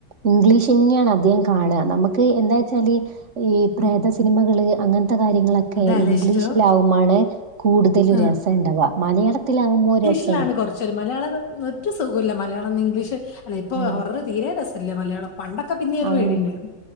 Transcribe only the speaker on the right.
ഇംഗ്ലീഷന്നെയാണ് അധികം കാണാ നമുക്ക് എന്താ വെച്ചാല് ഈ പ്രേതം
സിനിമകള് അങ്ങനത്തെ കാര്യങ്ങളൊ
ഇംഗ്ലീഷിലാകുമ്പോ
ആണ് കൂടുതൽ
രസം ഇണ്ടാവ മലയാളത്തിലാകുമ്പോ രസ
ആഹ്.
ആഹ്